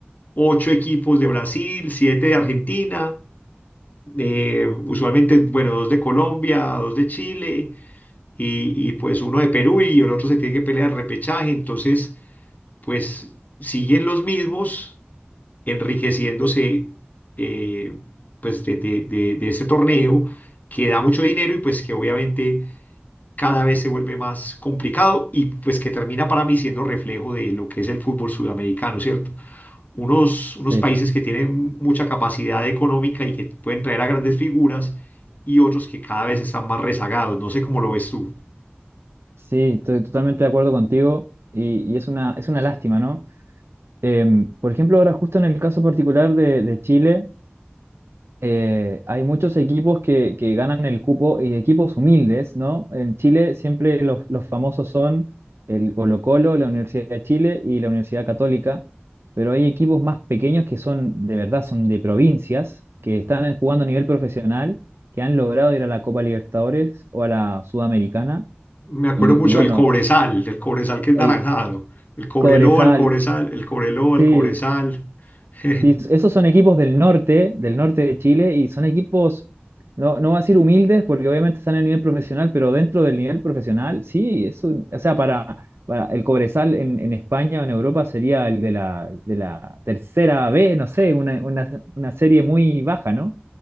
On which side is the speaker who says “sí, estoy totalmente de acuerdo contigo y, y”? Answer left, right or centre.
Right